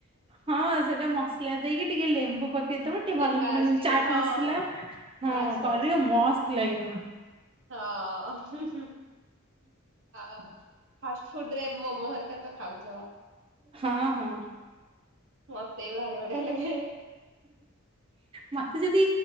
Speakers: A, on the right (about 25°); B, on the right (about 60°).
A: ହଁ ସେଟା ମସଲା ଦେଇକି ଟିକେ ଲେମ୍ବୁ ପକେ କେଇ ଦବ ଟିକେ
B: ଲେମ୍ବା
A: ଭଲ ମାନେ
B: ଆସିଥିବ
A: ଚାଟ୍
B: ହଁ
A: ମସଲା
B: ହଁ
A: ହଁ
B: ବାସ୍ ବାସ୍
A: କରିବ ମସ୍ତ୍ ଲାଗିବ।
B: ହଁ ହୁଁ ହୁଁ ଆଉ ଫାଷ୍ଟ ଫୁଡ୍ ରେ ମୋମୋ ହେରିକା ତ ଖାଉଥିବ।
A: ହଁ, ହଁ।
B: ମତେ ବି ଭାରି ବଢିଆ ଲାଗେ।
A: ମତେ ଯଦି